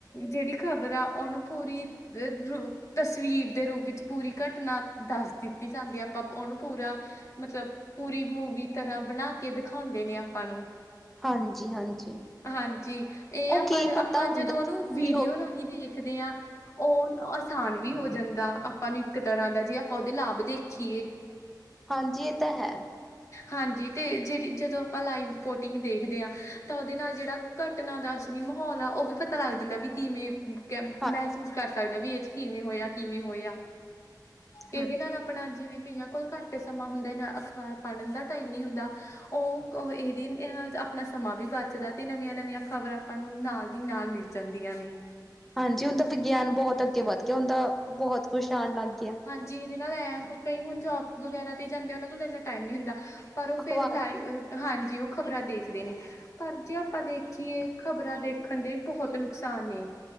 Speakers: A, on the left; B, in the centre.
A: ਜਿਹੜੀ ਖ਼ਬਰ ਆ ਉਹਨੂੰ ਪੂਰੀ <unintelligible> ਤਸਵੀਰ ਦੇ ਰੂਪ ਵਿੱਚ ਪੂਰੀ ਘਟਨਾ ਦੱਸ ਦਿੱਤੀ ਜਾਂਦੀ ਹੈ ਆਪਾਂ ਉਹਨੂੰ ਪੂਰਾ ਮਤਲਬ ਪੂਰੀ ਮੂਵੀ ਤਰ੍ਹਾਂ ਬਣਾ ਕੇ ਦਿਖਾਉਂਦੇ ਨੇ ਆਪਾਂ ਨੂੰ
B: ਹਾਂਜੀ ਹਾਂਜੀ
A: ਹਾਂਜੀ ਇਹ
B: ਉਹ
A: ਆ
B: ਕੀ
A: ਪਰ
B: ਪਤਾ
A: ਆਪਾਂ
B: ਹੁੰਦਾ
A: ਜਦੋਂ ਉਹਨੂੰ
B: ਕੀ
A: ਵੀਡੀਓ
B: ਹੋ
A: ਰਾਹੀਂ ਦੇਖਦੇ ਹਾਂ ਉਹ ਆਸਾਨ ਵੀ ਹੋ ਜਾਂਦਾ ਆਪਾਂ ਨੂੰ ਇੱਕ ਤਰ੍ਹਾਂ ਦਾ ਜੇ ਆਪਾਂ ਉਹਦੇ ਲਾਭ ਦੇਖੀਏ <inaudible>
B: ਹਾਂਜੀ ਇਹ ਤਾਂ ਹੈ
A: ਹਾਂਜੀ ਤੇ ਜਿਹੜੀ ਜਦੋਂ ਆਪਾਂ ਲਾਈਵ ਰਿਪੋਰਟਿੰਗ ਦੇਖਦੇ ਹਾਂ ਤਾਂ ਉਹਦੇ ਨਾਲ ਜਿਹੜਾ ਘਟਨਾ ਦਾ ਅਸਲੀ ਮਾਹੌਲ ਆ ਉਹ ਵੀ ਪਤ ਤਾ ਲੱਗ ਜਾਂਦਾ ਵੀ ਕਿਵੇਂ ਕੇਂ ਮਹਿਸੂਸ
B: ਹਾਂ
A: ਕਰ ਸਕਦੇ ਹਾਂ ਵੀ ਇਹ ਚ ਕਿਵੇਂ ਹੋਇਆ ਕਿਵੇਂ ਹੋਇਆ ਇਹਦੇ
B: ਹਾਂਜੀ
A: ਨਾਲ ਆਪਣਾ ਜਿਵੇਂ ਕਈਆਂ ਕੋਲ ਘੱਟ ਸਮਾਂ ਹੁੰਦਾ ਨਾ ਅਖਬਾਰ ਪੜ੍ਹਨ ਦਾ ਟਾਈਮ ਨਹੀਂ ਹੁੰਦਾ ਉਹ ਕ ਇਹਦੇ ਨਾਲ ਆਪਣਾ ਸਮਾਂ ਵੀ ਬਚਦਾ ਤੇ ਨਵੀਆਂ ਨਵੀਆਂ ਖ਼ਬਰਾਂ ਆਂਪਾਂ ਨੂੰ ਨਾਲ ਦੀ ਨਾਲ ਮਿਲ ਜਾਂਦੀਆਂ ਨੇ
B: ਹਾਂਜੀ ਹੁਣ ਤਾਂ ਵਿਗਿਆਨ ਬਹੁਤ ਅੱਗੇ ਵੱਧ ਗਿਆ ਹੁਣ ਤਾਂ ਬਹੁਤ ਕੁੱਛ ਆਉਣ ਲੱਗ ਗਿਆ
A: ਜਿਹਦੇ ਨਾਲ ਐ ਕਈ ਹੁਣ ਜੋਬ ਵਗੈਰਾ ਤੇ ਜਾਂਦੇ ਉਹਨਾਂ ਕੋਲ ਇੰਨਾ ਟਾਈਮ ਨਹੀਂ ਹੁੰਦਾ। ਪਰ ਉਹ
B: ਅਖ਼ਬਾਰ
A: ਫਿਰ ਲਾਈ ਹਾਂਜੀ ਉਹ ਖ਼ਬਰਾਂ ਦੇਖਦੇ ਨੇ। ਪਰ ਜੇ ਆਪਾਂ ਦੇਖੀਏ ਖ਼ਬਰਾਂ ਦੇਖਣ ਦੇ ਵੀ ਬਹੁਤ ਨੁਕਸਾਨ ਨੇ।